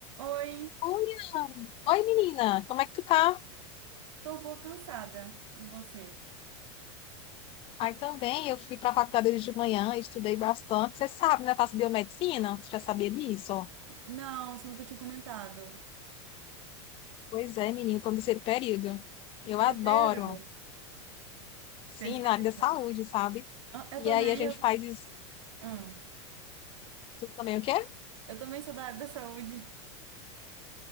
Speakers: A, on the right; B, on the left.
A: Oi,
B: Olha! Oi, menina, como é que tu tá?
A: tô um pouco cansada. E você?
B: Aí também, eu fui pra faculdade hoje de manhã, estudei bastante. Você sabe, né? Eu faço biomedicina, você já sabia disso?
A: Não, você nunca tinha comentado.
B: Pois é, menina, tô no terceiro período. Eu
A: Terceiro?
B: adoro, sim,
A: Terceiro?
B: na área da saúde, sabe?
A: Ah, Eu
B: E
A: também,
B: aí a gente
A: eu,
B: faz isso
A: ah,
B: tu também, o quê?
A: eu também sou da área da saúde.